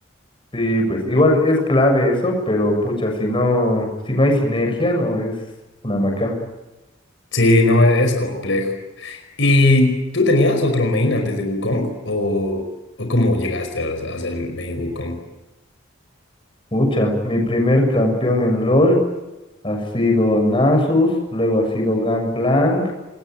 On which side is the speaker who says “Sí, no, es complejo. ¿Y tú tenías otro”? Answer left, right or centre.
Left